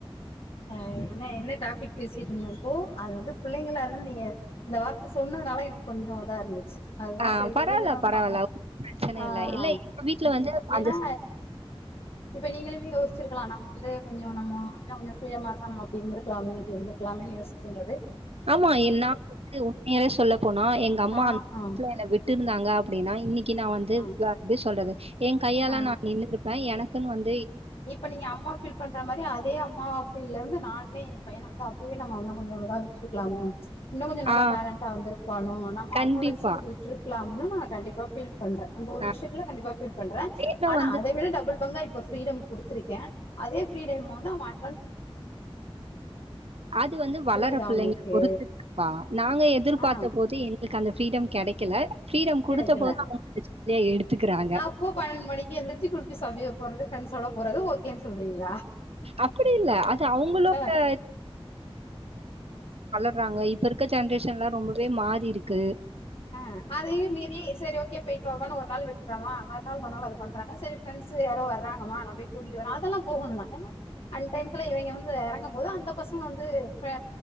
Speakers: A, on the left; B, on the right.
A: ஆ என்ன என்ன டாபிக் பேசிட்ருந்தோ இப்போ அது வந்து பிள்ளைங்களா இருந்து நீங்க இந்த வார்த்த சொன்னதுனால எனக்கு கொஞ்சோ இதா இருந்துச்சு அதுதா
B: ஆ
A: சரி
B: பரவால்ல,
A: பிள்ளைங்கள வந்து
B: பரவால்ல.
A: நம்ம
B: ஒண்ணும் பிரச்சனை
A: ஆ
B: இல்ல. இல்ல எங்க வீட்ல
A: ம்
B: வந்து அந்த
A: ஏன்னா இப்ப நீங்களுமே யோசிச்சிருக்கலா நம்ம வந்து கொஞ்சோ நம்ம எல்லா கொஞ்ச செய்ய மாட்டோ நம்ம அப்டி இருந்திருக்கலாமே இப்டி இருந்திருக்கலாமேன்னு யோசிக்கும் போது
B: ஆமா என்ன <inaudible> உண்மையாவே சொல்லப் போனா எங்க அம்மா
A: ஆ
B: அந் ஆக்சுவலா
A: ஆ
B: என்ன விட் ட்டிருந்தாங்க அப்பிடின்னா இன்னக் கி நா வந்து
A: ஆ
B: வேற எப்டி சொல்றது என் கையால
A: ஆ
B: நா நின்னுருப்பே எனக் குன்னு வந்
A: இப்ப நீங்க அம்மா ஃபீல் பண்ற மாரி அதே அம் மா ஃபீல்ல இருந்து நானுமே யேன் பையன வந்து அப்பிடியே நம்ம இன்னு கொஞ்சோ இதா வச்சிருக்கலாமோ இன்னு கொஞ்ச நல்லா
B: ஆ
A: டேலண்ட்டா வந்திருப்பானோ நம்ம
B: கண்டிப்பா.
A: அவனோட இஷ்டத்துக்கு விட்ருக்கலா ன்னு நா கண்டிப்பா ஃபீல் பண்றே அந்த ஒரு
B: அ
A: விஷயத்துல கண்டிப்பா ஃபீல் பண்றே
B: வேகம்
A: ஆனா
B: வந்து
A: அத விட டபுள் பங்கா இப் இப்ப ஃப்ரீடம் குடுத்துருக்கே அதே ஃப்ரீடம் வந்து அவங்க அ
B: அது வந்து வளர
A: புரியுதா
B: பிள்ளைங்கள
A: உங்களுக்கு
B: பொருத்து இருக்குப்பா நாங்க எதிர்பார்த்த
A: ஆ
B: போது எங்களுக்கு அந்த ஃப்ரீடம் கெடைக்கல ஃப்ரீடம் குடுத்த
A: கிடைக்கல
B: போது அவங்க <unintelligible> எடுத்துக்கறாங்க
A: அப்போ பன்னெண்டு மணிக்கு <unintelligible> போறது ஃபிரண்ட்ஸோட போறது ஓகேன்னு சொல்றீங்களா
B: அப்டி இல்ல. அது அவங்களோட
A: ஆ
B: ர்றாங்க இப்ப இருக்க ஜென்ரேஷன்லா ரொம்பவே மாறிருக்கு
A: ஆ அதையு மீறி செரி ஓகே போயிட்டு வாப்பான்னு ஒரு நாள் விட்றமா மறு நாள் மறு நாளு அது பண்றாங்க சரி ஃபிரண்ட்ஸு யாரோ வர்றாங்கமா நா போய் கூட்டிட்டு வரே அதெல்லா போகோணுந்தா ஏன்னா அன் டையத்துல இவங்க வந்து எறங்கும் போது அந்த பசங்க வந்து ஆ